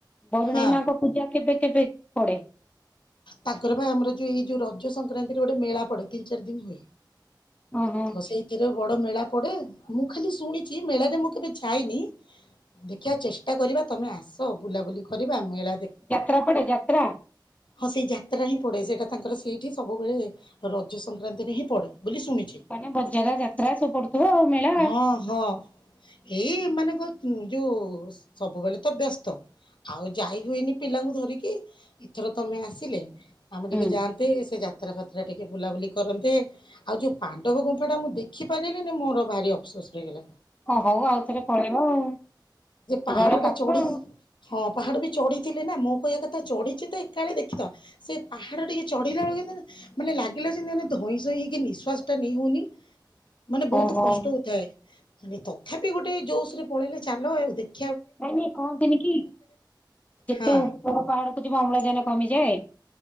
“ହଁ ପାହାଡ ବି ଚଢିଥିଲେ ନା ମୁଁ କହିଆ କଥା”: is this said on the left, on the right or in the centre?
Left